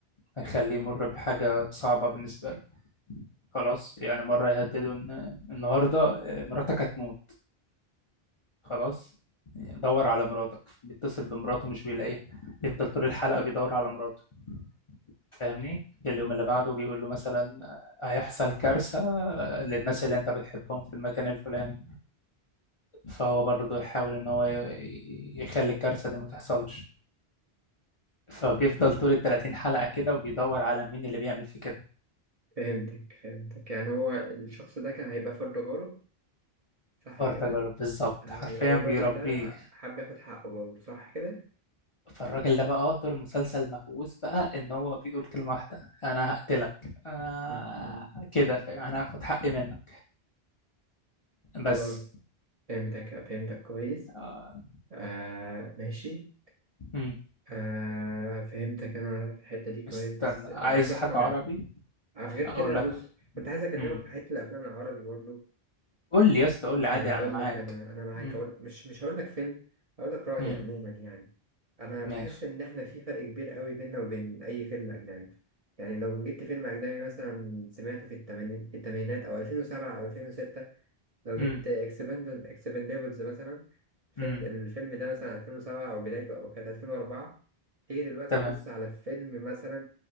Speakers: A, on the left; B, on the right.
A: هيخليه يمر بحاجة صعبة بالنسبة له خلاص يعني مرة يهدده إن النهاردة مراتك هتموت خلاص دور على مراتك بيتصل بمراته مش بيلاقيها يفضل طول الحلقة بيدور على مراته فاهمني اليوم اللي بعده بيقول له مثلا آه، هيحصل كارثة آه، للناس اللي انت بتحبهم في المكان الفلاني فهو برضه يحاول ان هو ي- يخلي الكارثة دي ما تحصلش فبيفضل طول ال 30 حلقة كده وبيدور على مين اللي بيعمل فيه كده
B: فهمتك فهمتك يعني هو الشخص ده كان هيبقى فرد تجارة صح
A: فار
B: كده
A: تجارب بالظبط
B: آه
A: حرفيا
B: يبقى الراجل
A: بيربيه
B: ده حب ياخد حقه برضه صح كده
A: فالراجل ده بقى آه، طول المسلسل مهووس بقى ان هو بيقول كلمة واحدة انا هقتلك انا
B: م- م.
A: كده فاهم؟ انا هاخد حقي منك
B: خلاص
A: بس
B: فهمتك فهمتك كويس
A: آه،
B: آه ماشي
A: مم.
B: آه فهمتك أنا في الحتة دي كويس
A: استنى
B: بس
A: عايز
B: أنا عايز أقتنع
A: حاجة عربي
B: آه، غير
A: اقول
B: كده
A: لك
B: بص كنت عايز أكلمك
A: امم
B: في حتة الأفلام العربي برضه
A: قول لي يا اسطى قول لي
B: اقول
A: عادي انا معاك
B: لك انا انا معاك
A: امم
B: اقول مش مش هقول لك فيلم هقول لك رايي
A: امم
B: عموما يعني انا بحس
A: ماشي
B: ان احنا في فرق كبير قوي بيننا وبين اي فيلم اجنبي يعني لو جبت فيلم اجنبي مثلا سمعته في التمانين في الثمانينات او 2007 او 2006 لو جبت
A: امم
B: اكسباندبل اكسباندبلز مثلا فيلم
A: امم
B: الفيلم ده مثلا 2007 او بدايته او كانت 2004 تيجي دلوقتي
A: تمام
B: تبص على فيلم مثلا